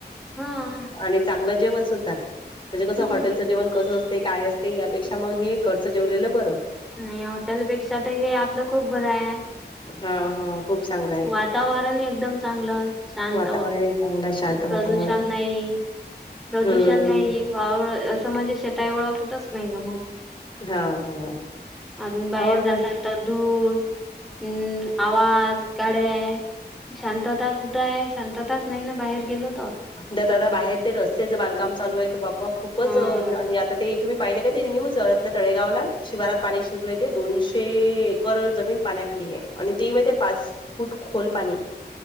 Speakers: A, in the centre; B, on the left.
A: हा
B: आणि चांगलं जेवण सुद्धा म्हणजे कसं
A: हम्म
B: हॉटेलचं जेवण कस असते काय असते यापेक्षा मग हे घरचं जेवलेलं बरं
A: नाही हॉटेलपेक्षा तर हे आपलं खूप बरं आहे
B: हा हा खूप चांगलं आहे
A: वातावरण एकदम चांगलं शांत
B: वातावरणही चांगलं आहे शांत
A: प्रदूषण
B: वातावरण
A: नाही प्रदूषण
B: हम्म.
A: नाही वावळ असं म्हणजे शेतता एवढं कुठंच नाही ग मन
B: हा हा
A: अ बाहेर
B: हो ना
A: जासाल तदूर हम्म आवाज काडे आहे शांतता कुठ आहे शांतताच नाही ना बाहेर गेलो तर
B: ज आ बाहेर ते रस्त्याचं बांधकाम चालू आहे तर बाप्पा खूपच
A: हम्म.
B: आणि आता ते तुम्ही पाहिले काय ते न्यूज आपल्या तळेगावला शिवारात पाणी शिरले ते दोनश े एकर जमीन पाण्याखाली आहे आणि ते म पाच फूट खोल पाणी